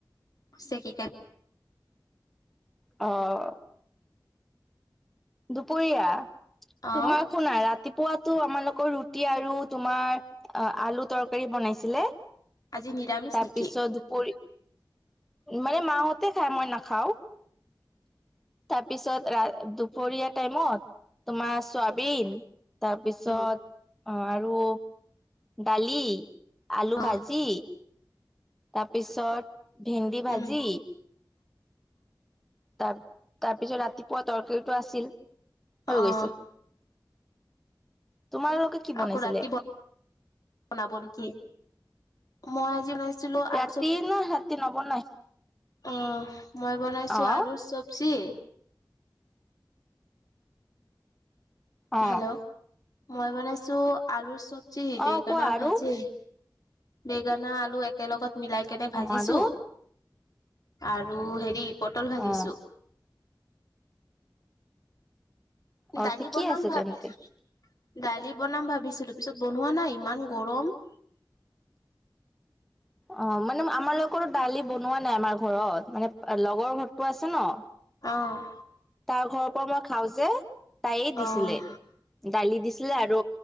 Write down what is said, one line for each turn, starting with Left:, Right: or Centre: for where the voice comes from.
Left: চিকেন
Centre: অহ দুপৰীয়া
Left: অ
Centre: তোমাৰ শুনা ৰাতিপুৱা তো আমাৰ লগৰ ৰুটি আৰু তোমাৰ আলু তৰকাৰী বনাইছিলে
Left: আজি নিৰামিষ
Centre: তাৰপিছত
Left: নেকি
Centre: দুপৰি মানে মাহঁতে খায় মই নাখাওঁ তাৰপিছত দুপৰীয়া টাইমত তোমাৰ ছয়াবিন <unintelligible> তাৰপিছত
Left: উম
Centre: অ আৰু দালি আলু
Left: অ
Centre: ভাজি তাৰপিছত ভেন্দি ভাজি
Left: উম
Centre: তাৰ তাৰপিছত ৰাতিপুৱা তৰকাৰীটো আছিল হৈ
Left: আহ
Centre: গৈছে তোমালোকে কি বনাইছিলে
Left: আকৌ ৰাতি বনাব নেকি মই আজি বনাইছিলো আলু
Centre: ৰাতি
Left: চব
Centre: ন ৰাতি নবনাই
Left: অ মই বনাইছো
Centre: অ'
Left: আলুৰ চব্জি
Centre: অ'
Left: হেল্ল' মই বনাইছো আলুৰ চব্জি বেগেনা
Centre: অ' কোৱা আৰু
Left: ভাজি বেঙেনা আলু একেলগত মিলাই কেনে ভাজিছো
Centre: অ' আৰু
Left: আৰু হেৰি পটল ভাজিছো
Centre: অ' অ'
Left: দালি
Centre: ঠিকেই
Left: বনাম
Centre: আছে
Left: ভাবিছো
Centre: তেন্তে
Left: দালি বনাম ভাবিছিলো পিছত বনোৱা নাই ইমান গৰম <inaudible>
Centre: অ মানে আমাৰলোকৰ দালি বনোৱা নাই আমাৰ ঘৰত মানে লগৰ ঘৰতো আছে ন
Left: অঁহ
Centre: তাৰ ঘৰৰ পৰা মই খাওঁ যে তাই দিছিলে
Left: অ',
Centre: দালি দিছিলে আৰু